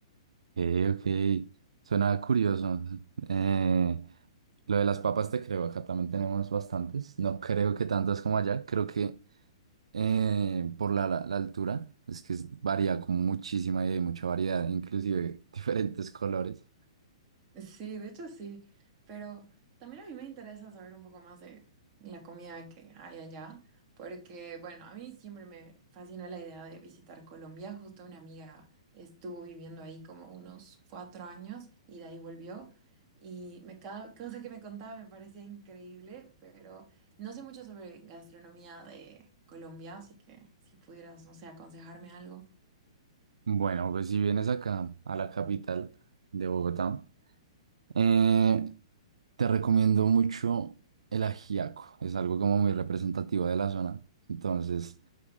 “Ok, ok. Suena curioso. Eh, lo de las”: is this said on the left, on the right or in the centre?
Right